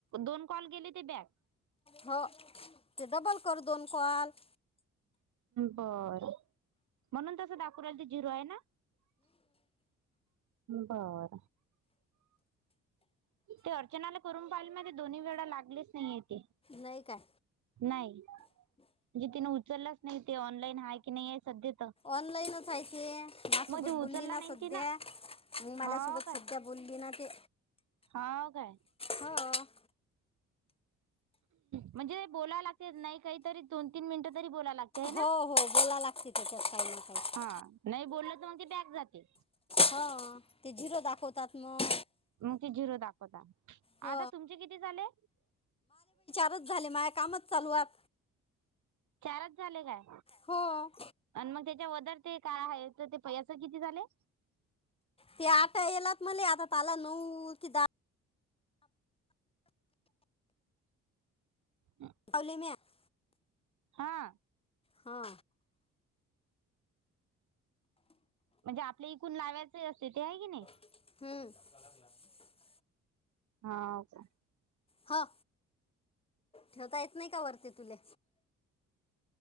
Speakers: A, on the right; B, on the left.
A: दोन कॉल गेले ते बॅग.
B: हो, ते डबल करर् दोन कॉल.
A: बर, म्हणून ते तसं दाखवून रायल ते जिरो आहे ना? बर. ते अर्चनाला करून पाहिले म्या दोन्ही वेळा लागलेच नाही ते.
B: नाही काय?
A: नाही, म्हणजे तिने उचललाच नाही ते ऑनलाईन हाये की नाही आहे सध्या तर.
B: ऑनलाइनच आहे ते, माझ्यासोबत
A: मग ते
B: बोलली
A: उचलला नाही
B: ना सध्या
A: ती
B: मालल्या
A: हो
B: सोबत सध्या बोलली ना ते.
A: हाओ काय?
B: हाव.
A: म्हणजे बोला लागते, नाही काहीतरी दोन तीन मिनिटं तरी बोलालागते. हाय
B: हो
A: ना
B: हो बोला लागते त्याच्यात काही ना काही
A: हा नाही बोलल तर मग ते बॅग जाते.
B: हाव ते झिरो दाखवतात मग.
A: मग ते झिरो दाखवता,
B: हो
A: आता तुमचे किती झाले?
B: न च झाले माझ कामच चालू आहेत.
A: चारच झाले काय?
B: हो
A: आणि मग त्याच्या वदर ते काय आहे तर ते पैं किती झाले.
B: ते आटा येलात मले आता तला नऊ कि द <unintelligible>
A: हम्म
B: आयली माय <unintelligible>
A: हा
B: हा
A: म्हणजे आपल्या इकून लावायचें असते ते आहे की नाही.
B: हम्म अगग
A: हा का
B: ह ठेवता येत नाही का वरती तुले